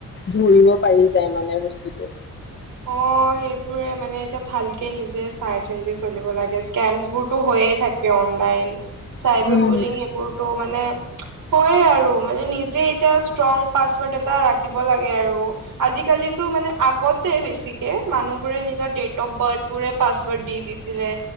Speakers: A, on the left; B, on the right.
A: ধৰিব পাৰি যায় মানে বস্তুটো।
B: অ', সেইবোৰে মানে, এতিয়া ভালকে নিজে চাই চিন্তি চলিব লাগে স্কেমচবোৰ টো হৈয়ে থাকে অনলাইন, চাইবাৰ
A: উম
B: বুলিং সেবোৰতো মানে হয়ে আৰু মানে নিজে এতিয়া ষ্ট্ৰং পাছৱৰ্ড এটা ৰাখিব লাগে আৰু। আজিকালিতো মানে আগতে বেছিকে মানুহবোৰে নি জৰ ডেট অফ বাৰ্থবোৰে পাছৱৰ্ড দি দিছিলে,